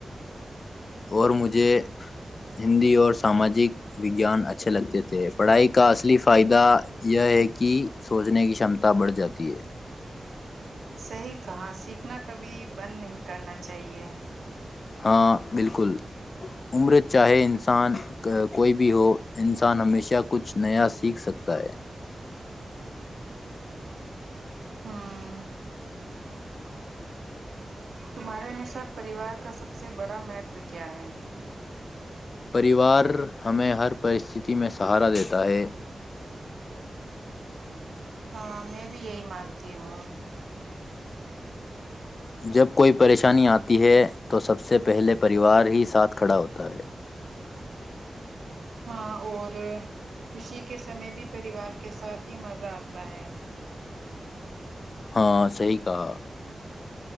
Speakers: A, on the left (about 60°); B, on the right (about 85°).
A: اور مجھے ہندی اور ساماجی وگان اچھے لگتے تھے پڑھائی کا اصلی فائدہ یہ ہے کہ سوچنے کی شمتا بڑھ جاتی ہے
B: صحیح کہا سیکھنا کبھی بند نہیں کرنا چاہیے
A: ہاں بالکل <unintelligible> عمر چاہے انسان <unintelligible> انسان کوئی بھی ہو انسان ہمیشہ کچھ نیا سیکھ سکتا ہے
B: ہاں <unintelligible> تمہارے انوسار پریوار کا سب سے بڑا مہتو کیا ہے
A: پریوار ہمیں ہر پرستی میں سہارا دیتا ہے
B: ہاں میں بھی یہی مانتی ہوں
A: جب کوئی پریشانی آتی ہے تو سب سے پہلے پریوار ہی ساتھ کھڑا ہوتا ہے
B: ہاں اور خوشی کے سمے بھی پریوار کے ساتھ ہی مزہ آتا ہے
A: ہاں صحی کہا <unintelligible>